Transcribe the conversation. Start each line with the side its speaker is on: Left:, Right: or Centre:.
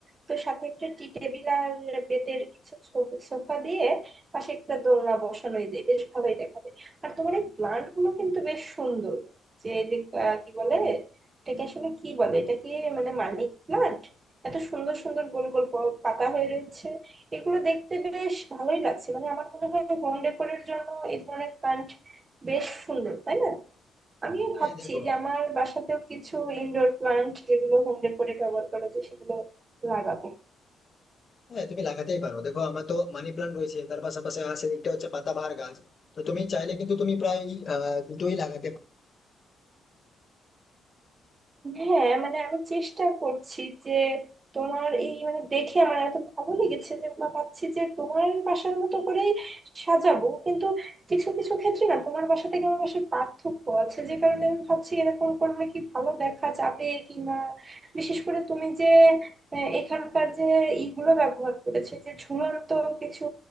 Right: তো সাথে একটা টি টেবিল আর বেতের কিছু সো- সোফা দিয়ে পাশে একটা দোলনা বসানোই যায় বেশ ভালোই দেখাবে আর তোমার এই প্লান্ট গুলো কিন্তু বেশ সুন্দর যে এই যে আহ, কি বলে এটাকে আসলে কি বলে এটা কি মানে মানি প্লান্ট এত সুন্দর সুন্দর গোল গোল প- পাতা হয়ে রয়েছে এগুলো দেখতে বেশ ভালোই লাগছে মানে আমার মনে হয় হোম ডেকোরের জন্য এই ধরনের প্লান্ট বেশ সুন্দর তাই না আমিও
Left: হ্যাঁ
Right: ভাবছি
Left: দেখো
Right: যে আমার বাসাতেও কিছু ইনডোর প্লান্ট যেগুলো হোম ডেকোরে ব্যবহার করা যায় সেগুলো লাগাবো
Left: হ্যাঁ তুমি লাগাতেই পারো দেখো আমার তো মানি প্লান্ট রয়েছে তার পাশাপাশি আর সেদিকটা হচ্ছে পাতাবাহার গাছ তো তুমি চাইলে কিন্তু তুমি প্রায় আহ দুটোই লাগাতে
Right: হ্যাঁ মানে আমি চেষ্টা করছি যে তোমার এই মানে দেখে আমার এত ভালো লেগেছে যে বা ভাবছি যে তোমার বাসার মতো করেই সাজাবো কিন্তু কিছু কিছু ক্ষেত্রে না তোমার বাসা থেকে আমার বাসার পার্থক্য আছে যে কারণে আমি ভাবছি এরকম করলে কি ভালো দেখা যাবে কি না বিশেষ করে তুমি যে আহ, এখানকার যে ইগুলো ব্যবহার করেছো যে ঝুলন্ত কিছু